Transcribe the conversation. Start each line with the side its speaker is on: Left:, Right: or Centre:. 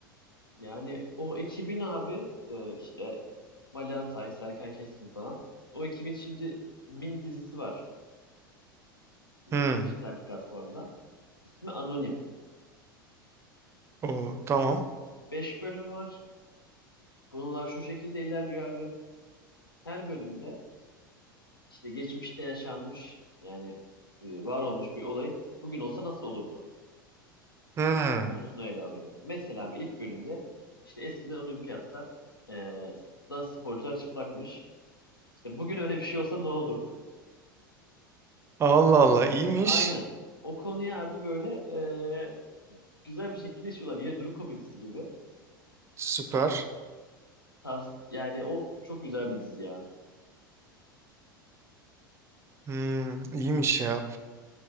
Left: Yani o ekibin abi e, işte Mali Atay, Serkan Keskin falan. O ekibin şimdi mini dizisi var. m,
Right: Hmm.
Left: dijital platformda. İsmi Anonim.
Right: O tamam.
Left: 5 bölümü var. Konular şu şekilde ilerliyor abi. Her bölümde işte geçmişte yaşanmış yani e, var olmuş bir olay bugün olsa nasıl olurdu
Right: Hmm.
Left: konusunu ele alıyorlar. Mesela abi ilk bölümde işte eskiden olimpiyatlar e, da sporcular çıplakmış. İşte bugün öyle bir şey olsa ne olurdu?
Right: Allah Allah iyiymiş.
Left: Aynen. O konuya abi böyle e, güzel bir şekilde işliyorlar. Yine durum komedisi gibi.
Right: Süper.
Left: Tavs yani o çok güzel bir dizi ya.
Right: Hmm, iyiymiş ya.